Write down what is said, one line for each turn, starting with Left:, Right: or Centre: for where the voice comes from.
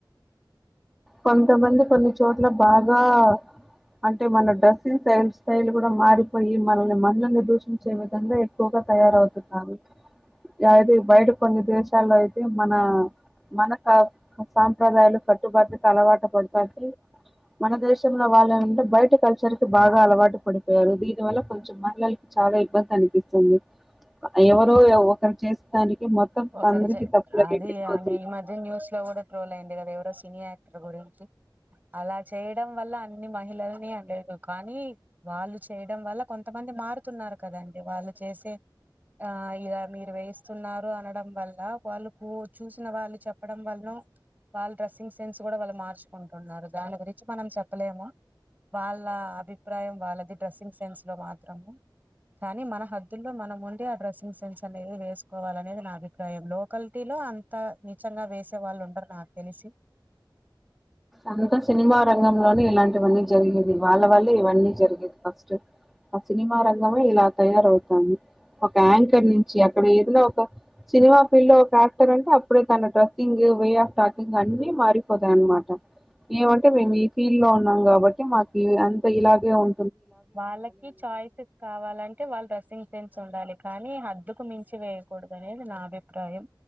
Centre: కొంతమంది కొన్ని చోట్ల బాగా అంటే మన డ్రెస్సింగ్ స్టైల్ స్టైల్ కూడా మారిపోయి మనల్ని మహిళల్ని దూషించే విధంగా ఎక్కువగా తయారవుతున్నారు యా ఇది బయట కొన్ని దేశాల్లో అయి తే మన మన కా సాంప్రదాయాలు కట్టుబట్లాకి అలవాటు పడతాంటే మన దేశంలో వాళ్ళనంటే బయట కల్చర్ కి బాగా అలవాటు పడిపోయారు దీని వల్ల కొంచెం మహిళలు చాలా ఇబ్బంది అనిపిస్తుంది. ఎవరో ఒకరు చేసినా దానికి మొత్తం
Right: ఒకరు
Centre: అందరికి
Right: చే
Centre: తప్పులు అయ్యేటట్టు
Right: అది అని
Centre: అవుతుంది
Right: ఈ మధ్య న్యూస్ లో కూడా ట్రోల్ అయింది కదా ఎవరో సినీ యాక్టర్ గురించి. అలా చేయడం వల్ల అన్ని మహిళలని అనలేదు. కానీ వాళ్ళు చేయడం వల్ల కొంతమంది మారుతున్నారు కదండి. వాళ్ళు చేసే ఆ ఇగా మీరు వేయిస్తున్నారు అనడం వల్ల వాళ్ళుకు చూసిన వాళ్ళు చెప్పడం వల్నో వాళ్ళ డ్రెస్సింగ్ సెన్స్ కూడా వాళ్ళు మార్చుకుంటున్నారు దాని గురించి మనం చెప్పలేమా. వాళ్ళ అభిప్రాయం వాళ్ళది డ్రెస్సింగ్ సెన్స్లో మాత్రము. కానీ మన హద్దుల్లో మనం ఉండి ఆ డ్రెస్సింగ్ సెన్స్ అనేది వేసుకోవాలనేది నా అభి ప్రాయం. లోకల్టీలో అంతా నీచంగా వేసే వాళ్ళు ఉండరు నాకు తెలిసి.
Centre: అంతా సినిమా రంగంలోనే ఇలాంటివన్నీ జరిగేది. వాళ్ళ వల్లే ఇవన్నీ జరిగేది ఫస్ట్. ఆ సినిమా రంగమే ఇలా తయారవుతంది. ఒక యాంకర్ నుంచి అక్కడ ఏదైనా ఒక సినిమా ఫీల్డ్ లో ఒక యాక్టర్ అంటే అప్పుడే తన dressing the way of talking అన్ని మారిపోతాయి అనమాట. ఏమంటే మేము ఈ ఫీల్డ్ లో ఉన్నాం కాబట్టి మాకి అంత ఇలాగే ఉం
Right: వాళ్ళకి చాయిసెస్ కావాలం టే వాళ్ళ డ్రెస్సింగ్ సెన్స్ ఉండాలి. కానీ హద్దుకు మించి వేయకూడదు అనేది నా అభిప్రాయం.